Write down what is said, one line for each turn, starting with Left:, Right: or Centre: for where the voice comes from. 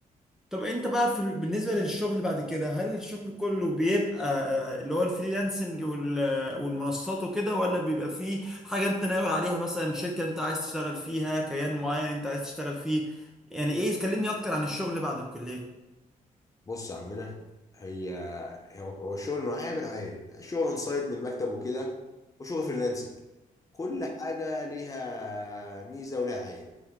Centre: طب انت بقى في ال- بالنسبة للشغل بعد كده هل الشغل كله بيبقى آه، اللي هو الفريلانسنج وال- آه، والمنصات وكده ولا بيبقى فيه حاجة انت ناوي عليها مثلا شركة انت عايز تشتغل فيها كيان معين انت عايز تشتغل فيه يعني ايه كلمني اكتر عن الشغل بعد الكلية
Left: بص يا عمنا هي هو هو الشغل نوعين من نوعين شغل اون سايت من المكتب وكده وشغل فريلانسنج
Centre: مم.
Left: كل حاجه ليها ميزه ولها عيب